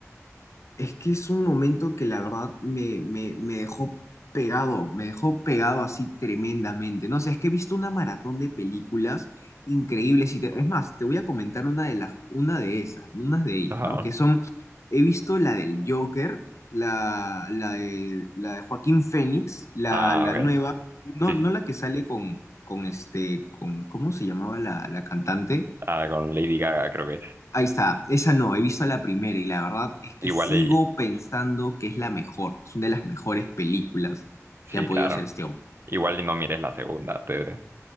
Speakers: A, on the left; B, on the right.
A: Es que es un momento que la verdad me, me, me dejó pegado, me dejó pegado así tremendamente. No sé, es que he visto una maratón de películas increíbles y te- es más, te voy a comentar una de las, una de esas, unas de ellas,
B: Ajá.
A: ¿no? Que son, he visto la del Joker, la, la de, la de Joaquín Phoenix, la,
B: Ah,
A: la
B: ok.
A: nueva, no,
B: Sí, sí.
A: no la que sale con, con este, con, ¿cómo se llamaba la, la cantante?
B: Ah, con Lady Gaga creo que es.
A: Ahí está, esa no, he visto la primera y la verdad es que
B: Igual
A: sigo
B: y,
A: pensando que es la mejor, es una de las mejores películas
B: sí,
A: que ha podido
B: claro.
A: hacer este hombre.
B: Igual y no mires la segunda. Te,